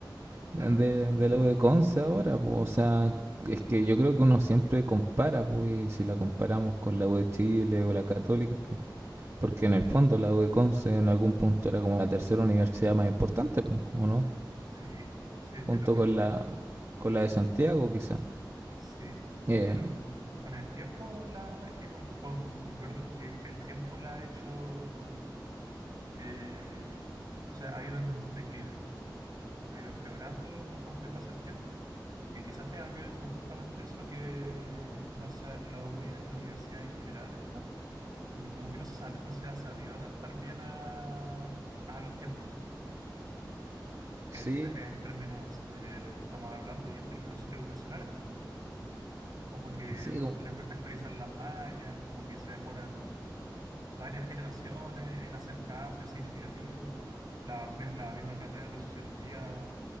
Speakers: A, on the right (about 35°); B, on the right (about 50°).
A: de,
B: claro.
A: de lo de Conce ahora. po. O sea, es que yo creo que uno siempre compara, pues, y si la comparamos con la U de Chile o la Católica, porque en el fondo la U de Conce en algún punto era como la tercera universidad más importante, pues, ¿o no?
B: Sí, sí, estoy
A: Junto
B: de acuerdo.
A: con la, con la de Santiago, quizá.
B: Sí.
A: Eh,
B: Pero con el tiempo, la verdad es que con- con- concuerdo en que el tiempo la ha hecho, eh, o sea, ha ido en declive, ha ido empeorando conforme pasa el tiempo. Y quizás tenga que ver con justamente eso, que no sé, la, U- la universidad en general está n- como que no se sabe- no se ha sabido adaptar bien a, a los tiempos, en,
A: sí,
B: en términos de lo que estamos hablando y en términos educacionales también. Como que
A: sí. como-
B: le cuesta actualizar las mallas, como que se demoran varias generaciones en hacer cambios significativos. La, mi- la misma carrera de sociología,